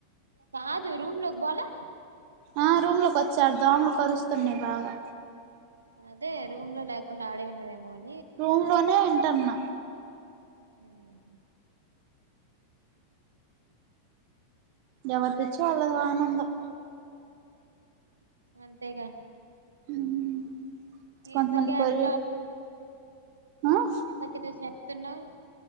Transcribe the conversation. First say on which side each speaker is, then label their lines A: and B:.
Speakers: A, on the right (about 75°); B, on the right (about 45°).
A: కాదు రూమ్ లోకి పోలా
B: ఆ రూమ్ లోకి వచ్చారు దోమలు కరుస్తున్నాయి బాగా
A: అదే రూమ్ లో లేకుండా ఆడే ఉండవేమో అని
B: రూమ్ లోనే వింటన్న
A: ఉమ్
B: ఎవరి పిచ్చి వాళ్ళకి ఆనందం
A: అంతేగా
B: ఉమ్ కొంతమంది
A: ఇందాక ఏది
B: కొరియన్
A: టాపిక్
B: ఆ
A: ఇందాక ఏదో చెప్తున్నావు